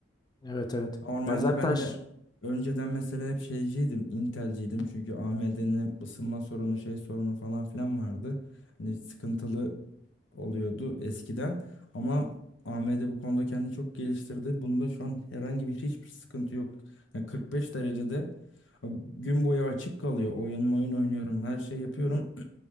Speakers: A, on the left; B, on the left.
A: Evet evet.
B: Normalde
A: Ya zaten
B: ben
A: ş-
B: de önceden mesela hep şeyciydim. Intel'ciydim çünkü AMD'nin hep ısınma sorunu şey sorunu falan filan vardı. Hani sıkıntılı oluyordu eskiden. Ama AMD bu konuda kendini çok geliştirdi. Bunda şu an herhangi bir hiçbir sıkıntı yok. Yani 45 derecede gün boyu açık kalıyor. Oyun oyun oynuyorum. Her şey yapıyorum.